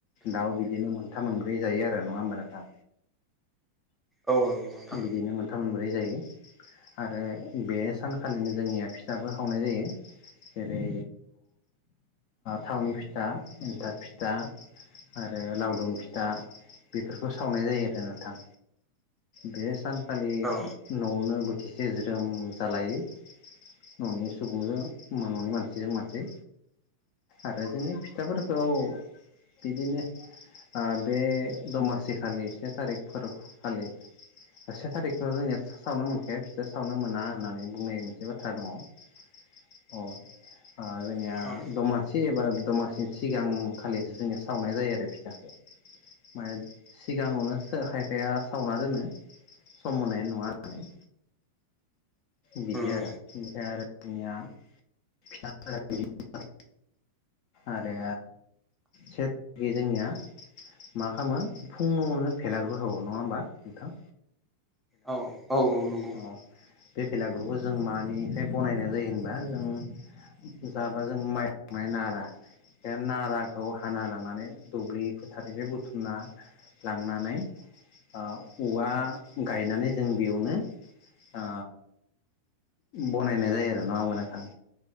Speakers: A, on the left; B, in the centre.
A: दाउ बिदिनो मोनथाम मोनब्रै जायो आरो नङा होमबा नोंथां
B: औ नंगौ नोंथां
A: बिदिनो मोनथाम मोनब्रै जायो आरो बे सानखालिनो जोंनिया फिथाबो खावनाय जायो। जेरै थावनि फिथा एन्थाब फिथा आरो लावदुम फिथा बेफोरखौ सावनाय जायो आरो नोंथां बे सानखालि
B: औ
A: न'आवनो बोथिसे ज्रोम जालायो न'नि सुबुंजों न'नि मानसिजों मानसि आरो जोंनि फिथाफोरखौ बिदिनो ओ बे दमासिखालि से थारिख फोरबो खालि से थारिखखौ जोंनिया सावनो मोनखाया फिथा सावनो मोना होननानै बुंनाय मोनसे बाथ्रा दङ अ ओ जोंनिया
B: औ
A: दमासि एबा दमासिनि सिगां खालिसो जोंनिया सावनाय जायो आरो फिथखो माने सिगाङावनो
B: उम
A: खायफाया सावना दोनो सम मोननाय नङा होननानै बिदि
B: उम
A: आरो ओमफ्राय आरो जोंनिया फिथाफोरा आरो <unintelligible> जोंनिया मा खालामो फुङावनो बेलागुर सावो नङा होमबा मोंथां
B: औ औ नंगौ
A: औ बे बेलागुरुखौ जों मानिफ्राय बनायनाय जायो होनबा जों जाबा जों माइ माइनारा बे नाराखौ हाना लांनानै दुब्लि फोथारनिफ्राय बुथुमना लांनानै ओ औवा गायनानै जों बेयावनो ओ बनायनाय जायो आरो नङा होनबा नोंथां